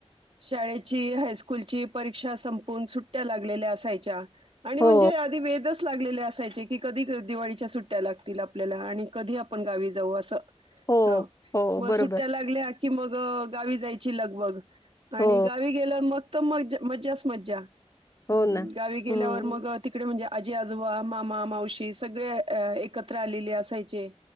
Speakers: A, on the right (about 55°); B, on the left (about 30°).
A: शाळेची हायस्कूलची परीक्षा संपून सुट्ट्या लागलेल्या असायच्या. आणि
B: हो
A: म्हणजे आधी वेदस लागलेले असायचे की कधी दिवाळीच्या सुट्ट्या लागतील आपल्याला आणि कधी आपण गावी जाऊ असं.
B: हो
A: ह
B: हो
A: म
B: बरोबर
A: सुट्ट्या लागल्या की मग गावी जायची लगबग. आणि
B: हो
A: गावी गेलं मग त मज मजाच मज्जा हम्म
B: हो ना
A: गावी गेल्यावर
B: हम्म
A: मग तिकडे म्हणजे आजी आजोबा मामा मावशी सगळे अ एकत्र आलेले असायचे.